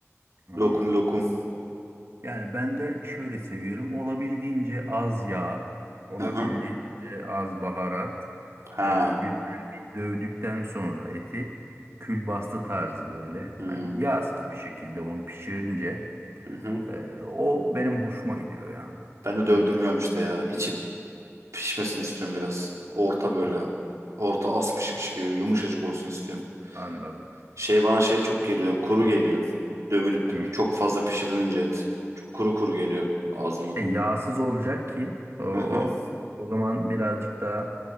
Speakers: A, on the right (about 55°); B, on the right (about 70°).
A: anladım.
B: Lokum lokum.
A: Yani ben de şöyle seviyorum. Olabildiğince az yağ, olabildiğince
B: Hı hı.
A: az baharat,
B: Ha.
A: e, güzel bir dövdükten sonra eti külbastı tarzı böyle.
B: Hmm.
A: Hani yağsız bir şekilde onu pişirince
B: Hı hı.
A: e, o benim hoşuma gidiyor yani.
B: Ben
A: Kur,
B: de dövdürmüyorum işte ya. İçi pişmesini istiyorum biraz. Orta böyle.
A: Ha,
B: Orta az pişmiş gibi yumuşacık olsun istiyorum.
A: Anladım.
B: Şey bana şey çok geliyor. Kuru geliyor. Dövülüp
A: Hı.
B: çok fazla pişirilince et. Çok kuru kuru geliyor ağzıma.
A: İşte yağsız olacak ki o, o
B: Hı hı.
A: o zaman birazcık daha